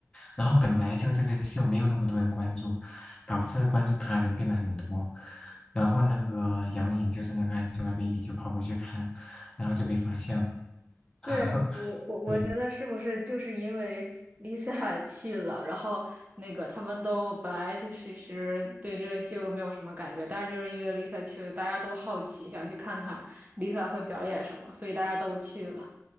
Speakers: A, on the left (about 20°); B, on the right (about 35°).
A: 然后本来就这个秀没有那么多人关注，导致关注它的人变得很多，然后那个杨颖就是那个 Angelababy 就跑过去看，然后就被发现了。
B: 对，
A: <laughs>
B: 我我我觉得是不是就是因为
A: 对，
B: Lisa 去了，然后那个他们都本来就其实对这个秀没有什么感觉，但是就是因为 Lisa 去了，大家都好奇，想去看看 Lisa 会表演什么，所以大家都去了，